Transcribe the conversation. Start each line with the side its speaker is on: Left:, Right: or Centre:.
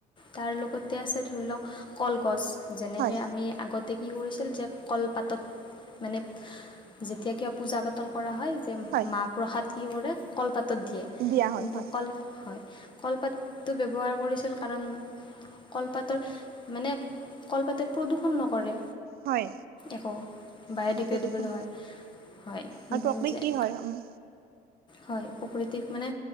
Left: তাৰ লগতে আছে ধৰি লওক কলগছ- যেনেকৈ
Right: হয়
Left: আমি আগত- তাতে কি কৰিছিল যে কলপাতত মানে যেতিয়া কিবা পূজা পাতল কৰা হয়। যে
Right: হয়
Left: মাহ প্ৰসাদ কি কৰে কলপাতত দিয়ে,
Right: দিয়া
Left: কিন্তু
Right: হয় হয়
Left: কল হয়। কলপাতটো ব্যৱহাৰ কৰিছিল কাৰণ কলপাতৰ মানে কলপাতে প্ৰদূষণ নকৰে।
Right: হয়
Left: একো বায়ে
Right: আকৌ
Left: ডগ্ৰেডিবলৈ
Right: প্ৰদূষণ
Left: হয়। হয়
Right: আৰু
Left: নিজে
Right: প্ৰকৃতি
Left: নিজে।
Right: হয় উম,
Left: হয় প্ৰকৃতিক মানে